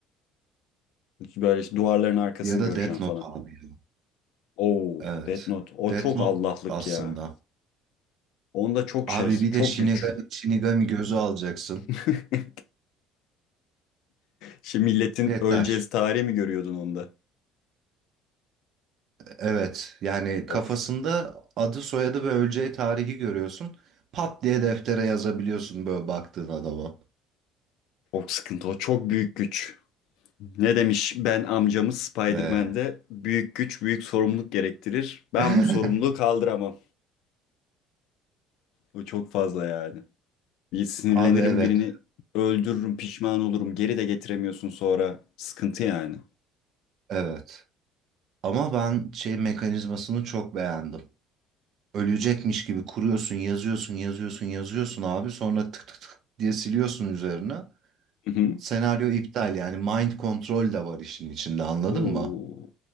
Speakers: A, on the left; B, on the right.
A: böyle işte duvarların arkasını
B: ya da
A: göreceğim
B: Death Note
A: falan.
B: abi. ya.
A: Oo,
B: Evet.
A: Death Note. O
B: Death
A: çok
B: Note
A: Allah'lık
B: aslında.
A: ya. Onda çok
B: Abi
A: şey,
B: bir de
A: çok
B: Shinigami,
A: güç.
B: Shinigami gözü alacaksın.
A: <laughs> Şimdi milletin
B: Yeter.
A: öleceğiz tarihi mi görüyordun onda?
B: Evet. Yani kafasında
A: Of.
B: adı, soyadı ve öleceği tarihi görüyorsun. Pat diye deftere yazabiliyorsun böyle baktığın adama.
A: Çok sıkıntı o. Çok büyük güç. Ne demiş ben amcamız Spider-Man'de
B: Ee,
A: büyük güç büyük sorumluluk gerektirir. Ben
B: <laughs>
A: bu sorumluluğu kaldıramam. Bu çok fazla yani. Bir sinirlenirim
B: Abi evet.
A: birini öldürürüm pişman olurum geri de getiremiyorsun sonra. Sıkıntı yani.
B: Evet. Ama ben şey mekanizmasını çok beğendim. ölecekmiş gibi kuruyorsun, yazıyorsun, yazıyorsun, yazıyorsun abi. Sonra tık tık tık diye siliyorsun üzerine.
A: Hı hı.
B: Senaryo iptal yani mind control de var işin içinde anladın
A: Oo.
B: mı?